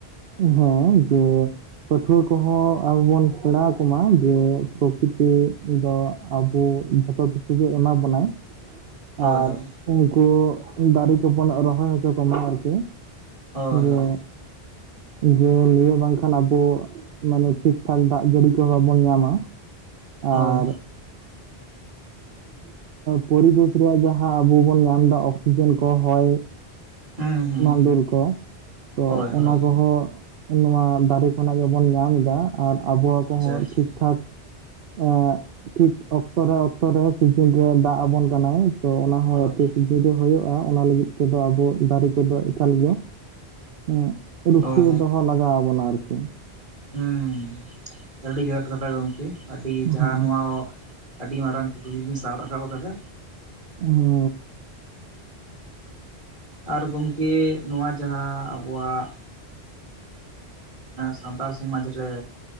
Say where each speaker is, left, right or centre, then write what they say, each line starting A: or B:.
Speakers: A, on the right; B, on the right.
A: ᱦᱮᱸ, ᱡᱮ ᱯᱟᱹᱴᱷᱩᱣᱟᱹ ᱠᱚᱦᱚᱸ ᱟᱵᱚ ᱵᱚᱱ ᱥᱮᱬᱟ ᱟᱠᱚᱢᱟ ᱡᱮ ᱯᱨᱚᱠᱤᱛᱤ ᱫᱚ ᱟᱵᱚ ᱡᱚᱛᱚ ᱠᱤᱪᱷᱩ ᱜᱮ ᱮᱢᱟ ᱵᱚᱱᱟᱭ ᱾
B: ᱦᱳᱭ
A: ᱟᱨ
B: ᱦᱳᱭ
A: ᱩᱱᱠᱩ ᱫᱟᱨᱮ ᱠᱚᱵᱚᱱ ᱨᱚᱦᱚᱭ ᱦᱚᱪᱚ ᱠᱚᱢᱟ ᱟᱨᱠᱤ᱾
B: ᱦᱳᱭ
A: ᱡᱮ
B: ᱦᱳᱭ᱾
A: ᱡᱮ ᱞᱟᱹᱭᱟ ᱵᱟᱝᱠᱷᱟᱱ ᱟᱵᱚᱼᱼ ᱢᱟᱱᱮ ᱴᱷᱤᱠᱴᱷᱟᱠ ᱫᱟᱜ ᱡᱟᱹᱲᱤ ᱠᱚᱦᱚᱸ ᱵᱟᱵᱚᱱ ᱧᱟᱢᱟ ᱟᱨᱼᱼ
B: ᱦᱳᱭ
A: ᱯᱚᱨᱤᱵᱮᱥ ᱨᱮᱭᱟᱜ ᱡᱟᱦᱟᱸ ᱟᱵᱚ ᱵᱚᱱ ᱧᱟᱢ ᱮᱫᱟ ᱚᱠᱥᱤᱡᱮᱱ ᱠᱚ ᱦᱚᱭ
B: ᱦᱩᱸ ᱦᱩᱸ
A: ᱮᱢᱟᱰᱮᱞ ᱠᱚ ᱛᱚ
B: ᱦᱳᱭ
A: ᱚᱱᱟ
B: ᱦᱳᱭ
A: ᱠᱚᱦᱚᱸᱼᱼ ᱱᱚᱣᱟ ᱫᱟᱨᱮ ᱠᱷᱚᱱᱟᱜ ᱜᱮᱵᱚᱱ ᱧᱟᱢ ᱮᱫᱟ ᱟᱨ ᱟᱵᱚ ᱟᱠ
B: ᱟᱪᱪᱷᱟ
A: ᱠᱚᱦᱚᱸ
B: ᱟᱪᱪᱷᱟ
A: ᱴᱷᱤᱠ ᱴᱷᱟᱠᱼᱼ ᱮ ᱴᱷᱤᱠ ᱚᱠᱛᱚ ᱨᱮ ᱚᱠᱛᱚ ᱨᱮ ᱥᱤᱡᱤᱱ ᱨᱮ ᱫᱟᱜ ᱟᱵᱚᱱ ᱠᱟᱱᱟᱭ᱾ ᱛᱚ ᱚᱱᱟ ᱦᱚᱸᱚᱸ
B: ᱦᱳᱭ
A: ᱡ ᱛᱮ
B: ᱦᱳᱭ
A: ᱠᱤᱡᱩ ᱨᱮ ᱦᱩᱭᱩᱜᱼᱟ ᱚᱱᱟ ᱞᱟᱹᱜᱤᱫ ᱛᱮᱫᱚ ᱟᱵᱚ ᱫᱟᱨᱮ ᱠᱚᱫᱚ ᱮᱠᱟᱞ ᱜᱮ᱾ ᱦᱸ ᱨᱩᱠᱷᱤᱭᱟᱹ
B: ᱦᱳᱭ
A: ᱫᱚᱦᱚ ᱞᱟᱜᱟᱣ ᱟᱵᱚᱱᱟ ᱟᱨᱠᱤ ᱾
B: ᱦᱮᱸ ᱟᱹᱰᱤ ᱡᱛ ᱠᱟᱛᱷᱟ ᱜᱚᱢᱠᱮ ᱟᱹᱰᱤ ᱡᱟᱦᱟᱸ
A: ᱦᱮᱸ
B: ᱱᱚᱣᱟ᱾ ᱟᱹᱰᱤ ᱢᱟᱨᱟᱝ ᱠᱩᱠᱞᱤ ᱵᱤᱱ ᱥᱟᱵ ᱨᱟᱠᱟᱵ ᱟᱠᱟᱫᱟ᱾
A: ᱦᱚ᱾
B: ᱟᱨ ᱜᱚᱢᱠᱮ ᱱᱚᱣᱟ ᱡᱟᱦᱟᱸ ᱟᱵᱚᱣᱟᱜᱼᱼ ᱥᱟᱱᱛᱟᱲ ᱥᱚᱢᱟᱡᱽ ᱨᱮ